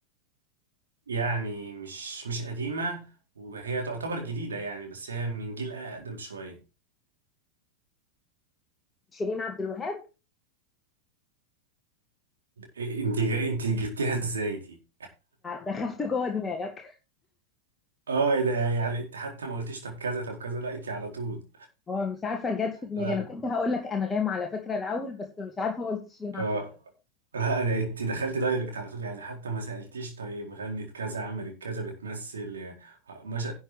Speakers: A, on the right; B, on the left.
A: يعني مش مش قديمة وهي تعتبر جديدة يعني بس هي من جيل أقدم شوية
B: شيرين عبد الوهاب
A: إيه، انت جاي انت جبتيها ازاي دي؟
B: دخلت جوه دماغك
A: اه ايه ده يعني انت حتى ما قلتيش طب كذا طب كذا لا انت على طول
B: هو مش عارفه جت في دماغي
A: لا
B: انا كنت هقول لك انغام على فكره الاول بس مش عارفه قلت شيرين
A: اه
B: عبد الوهاب
A: لا ده انت دخلتي دايركت على طول يعني حتى ما سألتيش طيب غنت كذا عملت كذا بتمثل يعني آه، مش